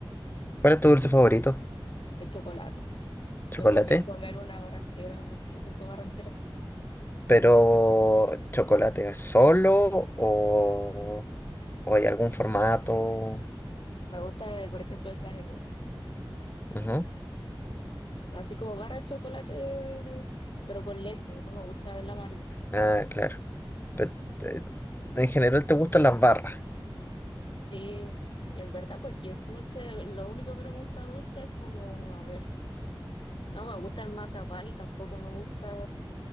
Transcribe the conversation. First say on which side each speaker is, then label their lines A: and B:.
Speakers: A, on the left; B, on the left.
A: ¿Cuál es tu dulce favorito?
B: el chocolate.
A: ¿Chocolate?
B: Me podría comer una barra entera, como cinco barras enteras.
A: Pero, ¿chocolate solo o, o hay algún formato?
B: Me gusta, eh, por ejemplo, el Sanenú.
A: Ujú.
B: Así como barra de chocolate, pero con leche. No me gusta el amarillo.
A: Ah, claro. Pe- te- en general te gustan las barras.
B: Sí, y en verdad cualquier dulce, lo único que no me gusta dulce es como, a ver, no me gusta el mazapán y tampoco me gusta